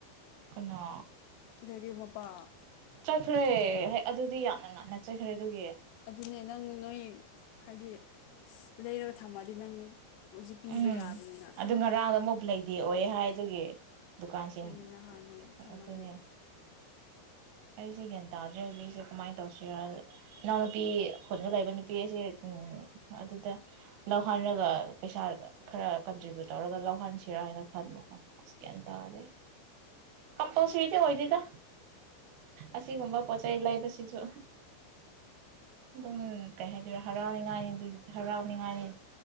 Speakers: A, on the right; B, on the left.
A: ꯀꯅꯥ?
B: ꯒꯔꯤ ꯃꯄꯥ
A: ꯆꯠꯈ꯭ꯔꯦ ꯍ ꯑꯗꯨꯗꯤ ꯌꯥꯝꯅ ꯉꯟꯅ ꯆꯠꯈ꯭ꯔꯦ ꯑꯗꯨꯒꯤ
B: ꯑꯗꯨꯅꯦ ꯅꯪ ꯅꯣꯏ ꯍꯥꯏꯗꯤ ꯂꯩꯔꯒ ꯊꯝꯃꯑꯗꯤ ꯅꯪ ꯍꯧꯖꯤꯛ ꯄꯤꯕ
A: ꯎꯝ
B: ꯌꯥꯕꯅꯤꯅ
A: ꯑꯗꯨ ꯉꯔꯥꯒ ꯃꯣꯕꯂ ꯗꯤ ꯑꯣꯏ ꯍꯥꯏ ꯑꯗꯨꯒꯤ ꯗꯨꯀꯥꯟꯁꯤꯡ
B: ꯑꯗꯨꯅꯤꯅ ꯍꯥꯟꯅ ꯊꯝꯃꯗꯤ
A: ꯑꯗꯨꯅꯦ ꯑꯩꯁꯦ ꯒ꯭ꯌꯥꯟ ꯇꯥꯗ꯭ꯔꯦ ꯍꯧꯖꯤꯛ ꯑꯩꯁꯦ ꯀꯃꯥꯏꯅ ꯇꯧꯁꯤꯔꯥ ꯏꯅꯥꯎꯅꯄꯤ ꯈꯣꯟꯗ ꯂꯩꯕ ꯅꯨꯄꯤꯁꯦ ꯎ ꯑꯗꯨꯗ ꯂꯧꯍꯟꯔꯒ ꯄꯩꯁꯥ ꯈꯔ ꯀꯟꯇ꯭ꯔꯤꯕ꯭ꯌꯨꯠ ꯇꯧꯔꯒ ꯂꯧꯍꯟꯁꯤꯔꯥ ꯍꯥꯏꯅ ꯈꯟꯕꯀꯣ ꯑꯁꯀ ꯇꯔꯦ ꯀꯄꯧ ꯁꯨꯔꯤꯗꯤ ꯑꯣꯏꯗꯣꯏꯗ ꯑꯁꯤꯒꯨꯝꯕ ꯄꯣꯠꯆꯩ ꯂꯩꯕꯁꯤꯁꯨ ꯑꯗꯨꯝ ꯀꯩꯦ ꯍꯔꯥꯎꯅꯤꯉꯥꯏꯅꯤ ꯑꯗꯨ ꯍꯔꯥꯎꯅꯤꯉꯥꯏꯅꯤ